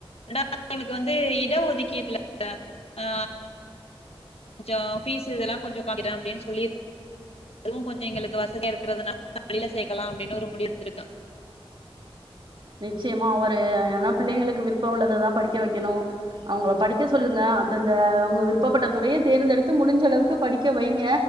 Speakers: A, on the left; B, on the right.
A: ரெண்டாவது அவளுக்கு வந்து இட ஒதுக்கீடுல ஆ கொஞ்ச ஃபீஸ் இதெல்லா கொஞ்ச கம்மி பண்ணிக்கிறே அப்டின்னு சொல்லிரு அதுவு கொஞ்ச எங்களுக்கு வசதியா இருக்குறதுனால வெளில சேக்கலா அப்டின்னு ஒரு முடிவெடுத்துருக்கே
B: நிச்சயமா ஒரு ஏனா பிள்ளைங்களுக்கு விருப்ப உள்ளததா படிக்க வெக்கணு அவுங்கள படிக்க சொல்லுங்க அந்தந்த அவுங்க விருப்பப்பட்ட துறைய தேர்ந்தெடுத்து முடிஞ்ச அளவுக்கு படிக்க வைங்க